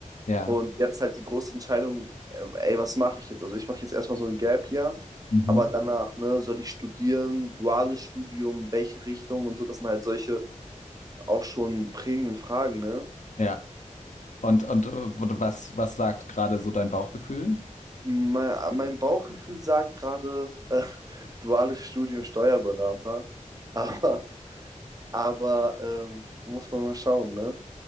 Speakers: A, on the left (about 70°); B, on the right (about 30°).
A: Ja,
B: und jetzt halt die große Entscheidung, äh, ey, was mache ich jetzt? Also ich mache jetzt erstmal so ein Gap Year,
A: Mhm.
B: aber danach, ne, soll ich studieren, duales Studium, welche Richtung und so, das sind halt solche auch schon prägenden Fragen, ne?
A: ja. Und, und äh, wo du- was, was sagt gerade so dein Bauchgefühl?
B: Mein, mein Bauchgefühl sagt gerade äh, <laughs> duales Studium Steuerberater, <laughs> aber, aber ähm, muss man mal schauen, ne?